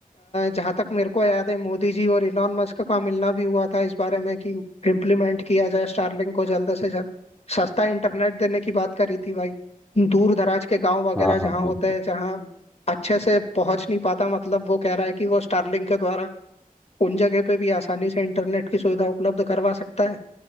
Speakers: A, on the left (about 45°); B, in the centre.
A: जहां तक मेरे को याद है मोदी जी और इलॉन मस्क का मिलना भी हुआ था इस बारे में कि इम्प्लीमेंट किया जाए स्टारलिंक को जल्द से जल्द सस्ता इंटरनेट देने की बात करी थी भाई दूर दराज के गांव वगैरह
B: हाँ
A: जहाँ
B: हाँ हाँ
A: होते हैं जहाँ अच्छे से पहुंच नहीं पाता मतलब वो कह रहा है कि वो स्टारलिंक के द्वारा उन जगह पे भी आसानी से इंटरनेट की सुविधा उपलब्ध करवा सकता है